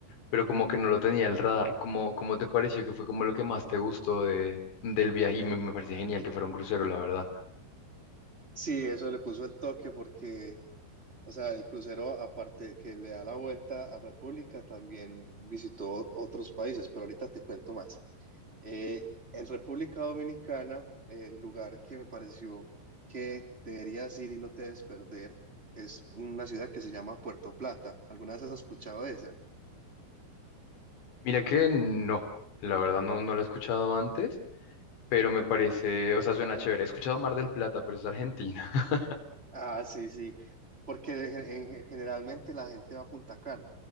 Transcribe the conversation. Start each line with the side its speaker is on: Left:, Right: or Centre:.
Left: pero como que no lo tenía el radar. ¿Cómo, cómo te pareció que fue como lo que más te gustó de, del viaje? Y me, me parece genial que fuera un crucero, la verdad.
Right: Sí, eso le puso el toque porque O sea, el crucero, aparte de que le da la vuelta a República, también visitó otros países, pero ahorita te cuento más. Eh, en República Dominicana, el lugar que me pareció que deberías ir y no te debes perder es una ciudad que se llama Puerto Plata. ¿Alguna vez has escuchado de esa?
Left: Mira que no, la verdad no, no lo he escuchado antes, pero me parece, o sea, suena chévere. He escuchado Mar del Plata, pero es de Argentina. <laughs>
Right: Ah, sí, sí, porque en- en- generalmente la gente va a Punta Cana.